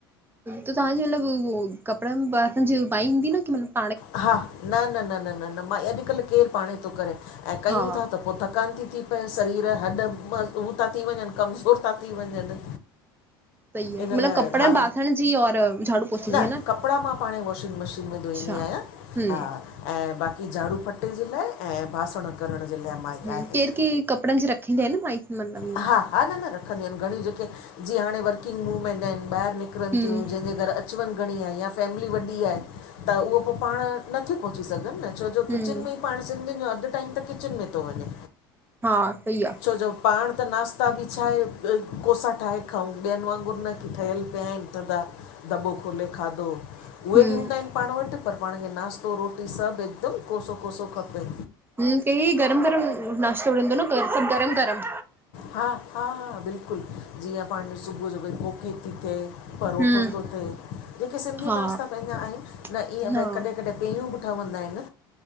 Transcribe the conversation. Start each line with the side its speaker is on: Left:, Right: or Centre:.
Right: त तहांजी मतलबु उहो कपिड़नि बासणन जी माईहूंदी न, कि मतलब
Left: हा न न न न न न मांई अॼुकल्ह केरु पाणे तो करे, ऐं कयूं
Right: हा
Left: ता त पो थकान ती थी पए, सरीर हॾ म उह ता थी वञनि कमज़ोर ता थी वञनि।
Right: सइ आ,
Left: इन
Right: मतलब
Left: लाइ
Right: कपड़नि
Left: हा
Right: बासण जी और झाड़ू पोछे जी
Left: न
Right: ह
Left: कपिड़ा मां पाणे वॉशिंग मशीन में धोईंदी
Right: अच्छा हम्म
Left: आहियां, हा ऐं बाक़ी झाड़ू पटे जे लाइ ऐं बासण करण जे लाइ माई।
Right: हं
Left: आहे
Right: केरु केरु कपड़नि जी रखींदा आहिन न माई।
Left: हा हा न न रखंदियूं आहिन घणियूं, जेके जीअं हाणे वर्किंग वूव्मैन आहिन ॿाहिरि निकिरनि,
Right: हम्म
Left: तियूं जंहिंजे घरु अच अचुवञु घणी आहे या फैमिली वॾी आहे त उहो पोइ पाण नथियूं पहुची सघनि न छो जो
Right: हम्म
Left: किचन में ई पाण सिंधियुनि, जो अधु टाइम त किचन में तो वञे।
Right: हा सही आ।
Left: छोजो पाण। त नाश्ता बि छा आहे कोसा ठाहे खाऊं, ॿियनि वांगुर न की ठहियल पिया आहिन थदा दॿो खोले खादो। उहे
Right: हम्म
Left: बि हूंदा आहिन पाण वटि पर पाण खे नासतो, रोटी सभु हिकदमि कोसो- कोसो खपे।
Right: हं केई गरम-गरम नाश्तों रिदो न गरम-गरम।
Left: हा हा हा बिल्कुलु जीअं पाण सुबुह जो कोकी ती थिए, परोठो
Right: हम्म
Left: तो थिए जेके सिंधी
Right: हा
Left: नाश्ता पंहिंजा आहिन न
Right: हा
Left: ईअं त कॾहिं कॾहिं पेयूं बि ठवंदा आहिन